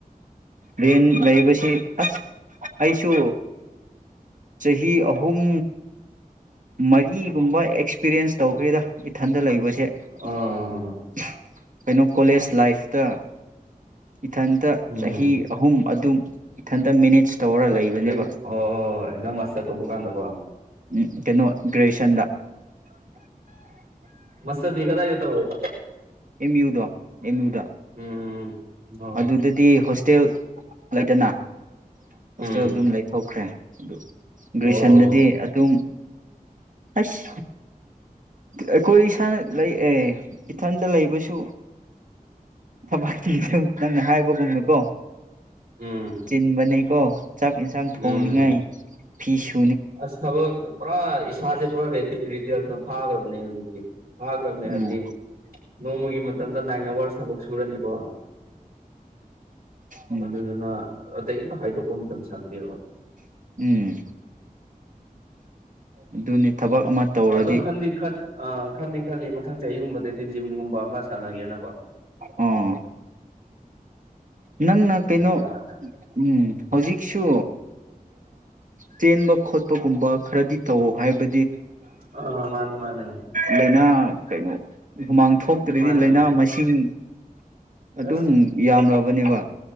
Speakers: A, on the right; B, on the right.
A: ꯔꯦꯟ ꯂꯩꯕꯁꯤ ꯑꯁ ꯑꯩꯁꯨ ꯆꯍꯤ ꯑꯍꯨꯝ ꯃꯔꯤꯒꯨꯝꯕ ꯑꯦꯛꯁꯄꯤꯔꯤꯌꯦꯟꯁ ꯇꯧꯈ꯭ꯔꯦꯗ ꯏꯊꯟꯗ ꯂꯩꯕꯁ <unintelligible>
B: ꯑꯥ
A: ꯀꯩꯅꯣ ꯀꯣꯂꯦꯖ ꯂꯥꯏꯐꯇ ꯏꯊꯟꯇ
B: ꯎꯝ
A: ꯆꯍꯤ ꯑꯍꯨꯝ ꯑꯗꯨꯝ ꯏꯊꯟꯇ ꯃꯦꯅꯦꯖ ꯇꯧꯔ
B: ꯍꯣꯏꯅꯦ
A: ꯂꯩꯕꯅꯦꯕ
B: ꯅꯣꯏ ꯍꯣꯏ ꯍꯣꯏ ꯍꯣꯏ ꯅꯪ ꯃꯁꯇꯊꯣꯛꯧꯕ ꯀꯥꯟꯗꯀꯣ꯫
A: ꯎꯝ ꯀꯩꯅꯣ ꯒ꯭ꯔꯦꯌꯦꯁꯟꯗ꯫
B: ꯃꯁꯇꯔ ꯗꯤ ꯀꯗꯥꯏꯗ ꯇꯧꯔꯦ?
A: ꯑꯦꯝ ꯌꯨꯗꯣ ꯑꯦꯝ ꯌꯨꯗ꯫
B: ꯎꯝ꯫ ꯑꯣ
A: ꯑꯗꯨꯗꯗꯤ ꯍꯣꯁ ꯇꯦꯜ ꯂꯩꯗꯅ ꯍꯣꯁꯇꯦꯜ
B: ꯎꯝ
A: ꯑꯗꯨꯝ ꯂꯩꯊꯣꯛꯈ꯭ꯔꯦ꯫ ꯑꯗꯨ ꯒ꯭ꯔꯦꯖꯨꯌꯦꯁꯟꯗꯗꯤ
B: ꯑꯣ
A: ꯑꯗꯨꯝ ꯑꯁ ꯑꯩꯈꯣꯏ ꯏꯁꯥꯅ ꯂꯩ ꯑꯦ ꯏꯊꯟꯇ ꯂꯩꯕꯁꯨ ꯊꯕꯛꯇꯤ ꯑꯗꯨꯝ ꯅꯪꯅ ꯍꯥꯏꯕꯒꯨꯝꯅꯀꯣ
B: ꯎꯝ
A: ꯆꯤꯟꯕꯅꯤ ꯀꯣ ꯆꯥꯛ ꯌꯦꯟꯁꯥꯡ ꯊꯣꯡꯅꯤꯡꯉꯥꯏ
B: ꯎꯝ
A: ꯐꯤꯁꯨ
B: ꯑꯁ ꯊꯕꯛ ꯄꯨꯔꯥ ꯁꯥꯥꯖ ꯄ ꯔ ꯔꯔꯤ ꯐꯥꯒ꯭ꯔꯕꯅꯦ ꯍꯨꯖꯤꯛꯇꯤ ꯐꯥꯈ꯭ꯔꯕꯅꯦ
A: ꯎꯝ
B: ꯍꯥꯏꯕꯗꯤ ꯅꯣꯡꯃꯒꯤ ꯃꯇꯝꯗ ꯅꯥꯏꯟ ꯑꯋꯥꯔꯁ ꯊꯕꯛ ꯁꯨꯔꯅꯤꯀꯣ
A: ꯎꯝ
B: ꯑꯗꯨꯗꯨꯅ ꯑꯇꯩ ꯑꯝꯇ ꯍꯥꯏꯗꯣꯛ ꯀꯟ ꯇ ꯁꯗ ꯋꯥ
A: ꯎꯝ ꯑꯗꯨꯅꯤ꯫ ꯊꯕꯛ ꯑꯃ ꯇꯧꯔꯗꯤ
B: ꯑꯗꯨ ꯈꯟꯗꯤ- ꯈꯟ ꯑ ꯈꯟꯗꯤ - ꯈꯜꯂꯤ ꯃꯊꯪ ꯆꯍꯤꯒꯨꯝꯕꯗꯦꯗꯤ ꯖꯤꯝ ꯕ ꯑꯃ ꯁꯥꯟꯅꯒꯦ ꯅ ꯀꯣ ꯫
A: ꯑꯣ ꯅꯪꯅ ꯀꯩꯅꯣ
B: ꯌꯥꯔ
A: ꯎꯝ ꯍꯧꯖꯤꯛꯁꯨ ꯆꯦꯟꯕ ꯈꯣꯠꯄꯒꯨꯝꯕ ꯈꯔꯗꯤ ꯇꯧꯋ ꯍꯥꯏꯕ
B: ꯑ ꯃꯥꯅꯦ - ꯃꯥꯅꯦ꯫
A: ꯂꯩꯥꯏꯅꯥ ꯀꯩꯅꯣ ꯍꯨꯃꯥꯡ ꯊꯣꯛꯇ꯭ꯔꯗꯤ
B: ꯃꯥꯅꯦ
A: ꯂꯥꯏꯅꯥ ꯃꯁꯤꯡ ꯑꯗꯨꯝ
B: ꯑꯁ
A: ꯌꯥꯝꯂ ꯕꯅꯦꯕ